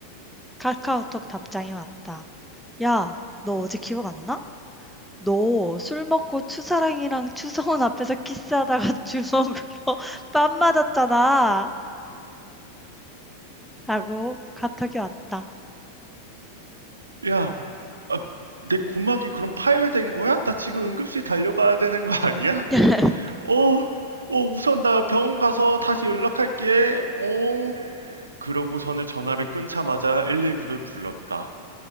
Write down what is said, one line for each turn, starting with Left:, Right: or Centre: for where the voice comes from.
Centre: 카카오톡 답장이 왔다. "야, 너 어제 기억 안 나? 너 술 먹고 추사랑이랑 추성훈 앞에서 키스하다가 주먹으로 <laughs> 뺨 맞았잖아." 라고 카톡이 왔다.
Right: 야, 아, 내 고막이 그럼 파열된 거야? 나 지금 응급실 달려가야 되는 거 아니야?
Centre: <laughs>
Right: 어, 어, 우선 나 병원 가서 다시 연락할게. 어. 그러고서는 전화를 끊자마자 119를 불렀다.